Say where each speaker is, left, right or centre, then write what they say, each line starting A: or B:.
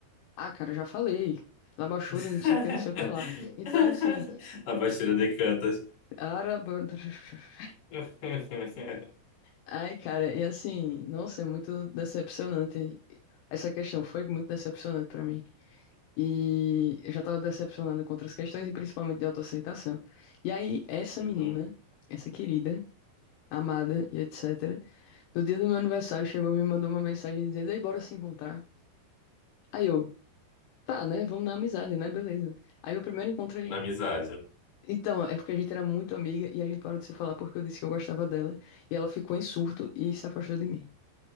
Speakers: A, on the left; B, on the left.
A: Ah, cara, já falei. Labachura,
B: <laughs>
A: não sei o que, não sei o que lá. Então, assim,
B: A Bastilha de Cantas.
A: araba... <laughs>
B: <laughs>
A: Ai, cara, e assim, nossa, é muito decepcionante. Essa questão foi muito decepcionante pra mim. E eu já tava decepcionado com outras questões, e principalmente de autoaceitação. E aí, essa
B: Uhum.
A: menina, essa querida, amada e etc., no dia do meu aniversário, chegou e me mandou uma mensagem dizendo: Ei, bora se encontrar. Aí eu, tá, né? Vamos na amizade, né? Beleza. Aí no primeiro encontro
B: Na amizade.
A: Então, é porque a gente era muito amiga e a gente parou de se falar porque eu disse que eu gostava dela. E ela ficou em surto e se afastou de mim.